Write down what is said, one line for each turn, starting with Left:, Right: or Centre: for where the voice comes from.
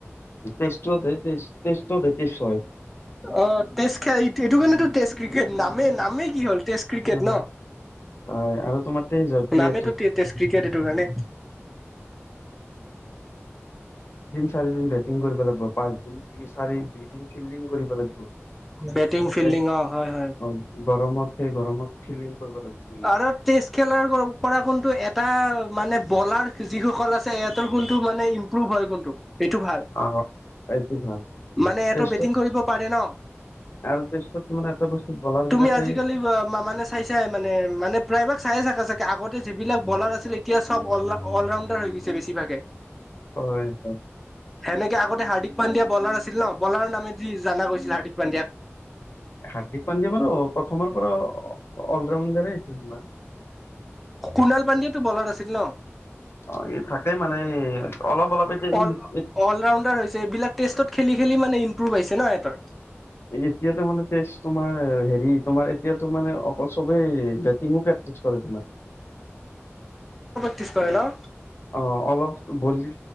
Left: টেষ্ট খেল <inaudible>
Centre: অ টেষ্ট খেল এইটো কাৰানে টো টেষ্ট ক্ৰিকেট নামে নামেই কি হল টেষ্ট ক্ৰিকেট
Left: হয়
Centre: ন।
Left: আৰু তোমাৰ <unintelligible> তিনিদিন
Centre: নামেতো টেষ্ট ক্ৰিকেট এইটো কাৰণে
Left: চাৰিদিন বেটিং কৰিব লাগিব পাঁচদিন তুমি চাৰি দুইদিন ফিল্ডিং কৰিব লাগিব
Centre: বেটিং ফিল্ডিং
Left: এ-
Centre: অ হয় হয়
Left: অ গৰমত স গৰমত ফিল্ডিং কৰিব লাগিব তুমি
Centre: আৰু টেষ্ট খেলাৰ পৰা কোনটো এটা মানে বলাৰ যিসকল আছে হেহেটৰ কোনটো মানে ইম্প্ৰুভ হয় কোনটো এইটো ভাল
Left: আহ এইটো ভাল
Centre: মানে এটো
Left: টেষ্টত
Centre: বেটিং কৰিব পাৰে ন
Left: আৰু টেষ্টত মানে এটা বস্তু বলাৰ বিলাকে
Centre: তুমি আজিকালি মানে চাই চাই মানে প্ৰায়ভাগ চাই চাকে চাগে আগতে যিবিলাক বলাৰ আছিল এতিয়া চবল অলৰাণ্ডাৰ হৈ গছে বেছিভাগে
Left: হয় হয়
Centre: সেনেকে আগতে হাৰ্দিক পাণ্ডো বলাৰ আছিল ন বলাৰৰ নামে যি জনা গৈছিল হাৰ্দিক পাণ্ডেক
Left: হাৰ্দিক পণ্ডিয়াৰোঁ প্ৰথমৰ পৰা অলৰাউণ্ডাৰে ধবাৰ
Centre: কুণাল পন্দিয়াও টো বলাৰ আছিল ন
Left: অ ই থাকে মানে অলপ অলপ এ যে
Centre: অল অলৰাউণ্ডাৰ হৈছে এইবিলাক টেষ্টত খেল খেলি মানে ইম্প্ৰোভ আহিছে ন সিহঁতৰ
Left: এতিয়াতো মানে তেজ তোমাৰ হেৰি তোমাৰ এতিয়াতো মানে অকল চবেই বেটিং প্ৰেক্টিচ কৰে তোমাৰ
Centre: প্ৰেকতিছ কৰা ন
Left: অ অলপ ভলি